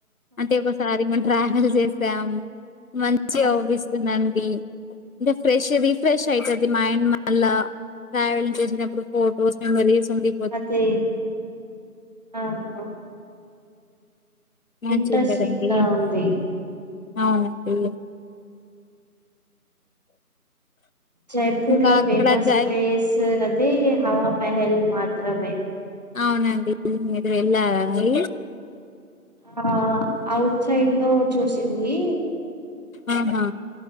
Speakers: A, on the left; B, on the right.
A: అంటే ఒకసారి మం ట్రావెల్ చేసాం మంచిగ
B: ఆ,
A: అవుపిస్తున్నామండి అంటే ఫ్రెష్ రీఫ్రెష్ అయితది మైండ్ మళ్ళా ట్రావెల్ంగ్ చేసినప్పుడు ఫొటోస్ మెమరీస్ ఉండి
B: అదే అవు ఊ
A: మంచి
B: ఇంట్రెస్టింగ్
A: ఉంటదండి
B: గా ఉంది
A: అవునండి
B: జైపూర్
A: ఇంకా
B: లో
A: అక్కడ
B: ఫేమస్
A: జై
B: ప్లేస్ అది హవా మెహల్ మాత్రమే
A: అవునండి మీరు వెళ్ళాలర అండి
B: మన అవుట్ సైడ్ లో చూసింది
A: ఆహా